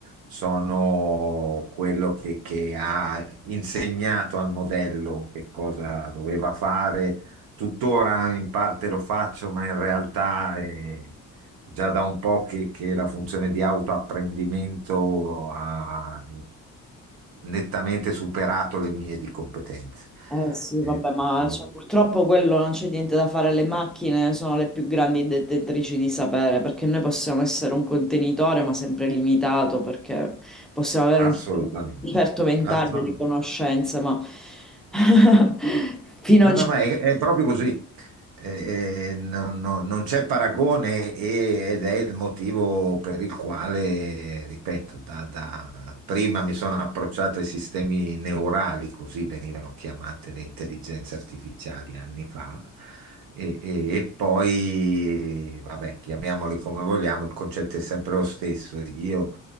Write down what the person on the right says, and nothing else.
sono quello che, che ha insegnato al modello che cosa doveva fare. Tuttora in parte lo faccio, ma in realtà... eh, Già da un po' che, che la funzione di autoapprendimento ha nettamente superato le mie di competenze.
Eh,
eh,
assolutamente.
Assolutamente.
No,
no, ma è, è proprio così. Eh, eh, no- no- non c'è paragone e- ed è il motivo per il quale, ripeto, da, da- prima mi sono approcciato ai sistemi neurali, così venivano chiamate le intelligenze artificiali anni fa, e, e- e poi, vabbè, chiamiamoli come vogliamo, il concetto è sempre lo stesso. Io